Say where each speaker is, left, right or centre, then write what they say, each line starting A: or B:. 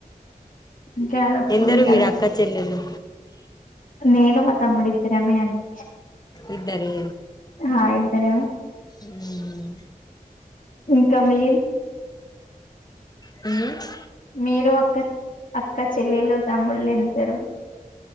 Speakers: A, on the left; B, on the left.
A: ఇంకా అప్పుడు
B: ఎందరు మీరు అక్క చెల్లెలు
A: నేను మాతమ్ముడు ఇద్దరమే అండి
B: ఇద్దరే
A: ఆ ఇద్దరమే
B: ఉమ్
A: ఇంకా మీల్
B: ఏంది
A: మీరు అక్క అక్క చెల్లెలు తమ్ముళ్ళు ఎంతరు